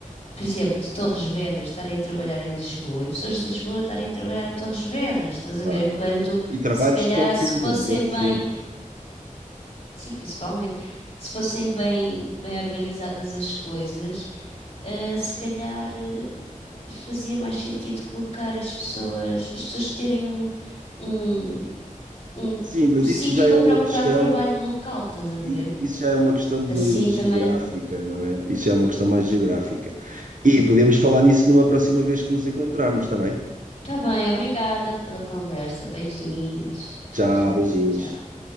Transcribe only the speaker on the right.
Claro.
E trabalhos
de call center,
ainda por
cima.
Sim, mas
isso já
é uma
questão,
i- isso já é uma questão de
de
geográfica, não é? Isso já é uma questão mais geográfica. E podemos falar nisso numa próxima vez que nos encontrarmos, está bem?
Tchau,
beijinhos.